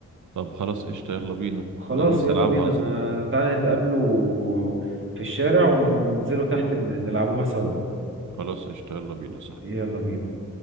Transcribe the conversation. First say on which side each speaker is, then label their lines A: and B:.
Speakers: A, on the right; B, on the right.
A: طب خلاص قشطة يلا بينا
B: خلاص
A: انا نفسي
B: يلا
A: العبها
B: بينا
A: اصلا
B: انا تعالى نتقابلوا في الشارع وننزلوا تحت ن- نلعبوها سوا
A: خلاص قشطة يلا بينا يا صاحبي
B: يلا بينا